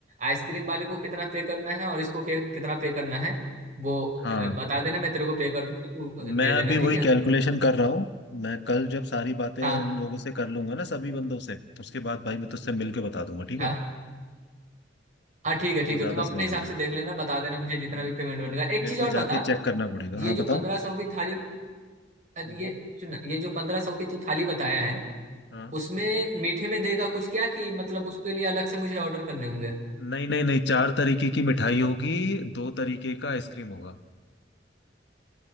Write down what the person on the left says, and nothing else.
हाँ
मैं
अभी
वही
कैलकुलेशन कर रहा हूँ मैं कल जब सारी बातें
उन लोगों से कर लूंगा ना सभी बंदों से उसके बाद भाई मैं तुझसे मिल के बता दूंगा ठीक
है
वो ज्यादा
सही
रहेगा
हाँ
क्योंकि
मेरे
को
जाके चेक करना पड़ेगा
हाँ
बताओ
हम्म।
हाँ
नहीं नहीं नहीं चार तरीके की मिठाई होगी दो तरीके का आइसक्रीम होगा